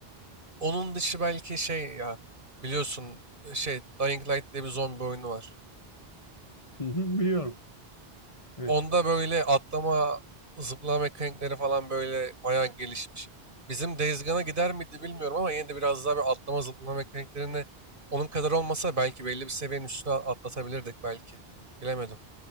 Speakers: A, on the right; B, on the left.
A: Onun dışı belki şey ya biliyorsun e, şey Dying Light diye bir zombi oyunu var.
B: hı hı, biliyorum. Evet.
A: Onda böyle atlama, zıplama mekanikleri falan böyle bayağı gelişmiş. Bizim Days Gone'a gider miydi bilmiyorum ama yine de biraz daha bir atlama zıplama mekaniklerini onun kadar olmasa belki belli bir seviyenin üstüne atlatabilirdik belki. Bilemedim.